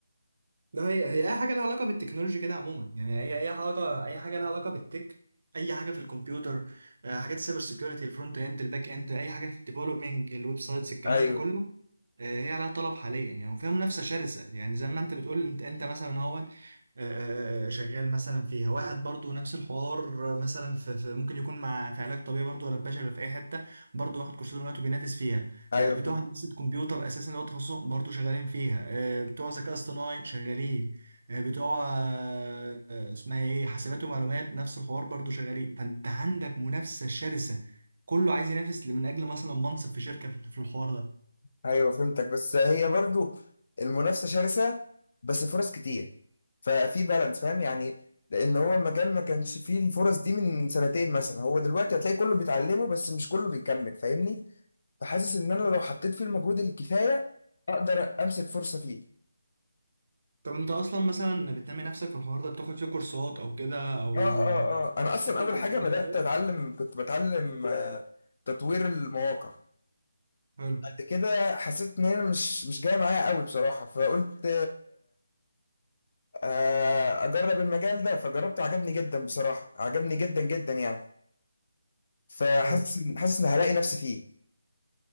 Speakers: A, on the right; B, on the left.
A: ده هي هي اي حاجه لها علاقه بالتكنولوجيا كده عموما يعني هي اي علاقه اي حاجه لها علاقه بالتك اي حاجه في الكمبيوتر آه، حاجات السايبر سيكيورتي الفرونت اند الباك اند اي حاجه في الديفلوبينج الويب سايتس الكلام
B: ايوه
A: ده كله آه، هي لها طلب حاليا يعني وفيها منافسه شرسه يعني زي ما انت بتقول انت انت مثلا هو آه، آه، آه، شغال مثلا فيها واحد برضو نفس الحوار آه، مثلا في في- ممكن يكون مع في علاج طبيعي برضو ولا في بشري ولا في اي حته برضو واخد كورسات دلوقتي وبينافس فيها
B: ايوه
A: آه، بتوع هندسة كمبيوتر أساسا اللي هو تخصصهم برضه شغالين فيها آه، بتوع ذكاء اصطناعي شغالين آه، بتوع آه، آه، اسمها إيه حاسبات ومعلومات نفس الحوار برضه شغالين فأنت عندك منافسة شرسة كله عايز ينافس من أجل مثلا منصب في شركة في في الحوار ده
B: ايوه فهمتك بس هي برضو المنافسه شرسه بس فرص كتير ففي بالانس فاهم يعني لان هو المجال ما كانش فيه الفرص دي من سنتين مثلا هو دلوقتي هتلاقي كله بيتعلمه بس مش كله بيكمل فاهمني فحاسس ان انا لو حطيت فيه المجهود الكفايه اقدر امسك فرصه فيه
A: طب أنت أصلا مثلا بتنمي نفسك في الحوار ده بتاخد فيه كورسات أو كده أو
B: اه اه
A: آه،
B: اه انا اصلا
A: تقدم
B: اول
A: على
B: حاجه
A: حاجات
B: بدات
A: وكده
B: اتعلم كنت بتعلم آه، تطوير المواقع
A: حلو
B: بعد كده حسيت ان انا مش مش جايه معايا قوي بصراحه فقلت آه، اجرب المجال ده فجربته عجبني جدا بصراحه عجبني جدا جدا يعني فحاسس
A: حلو
B: إن- حاسس ان هلاقي نفسي فيه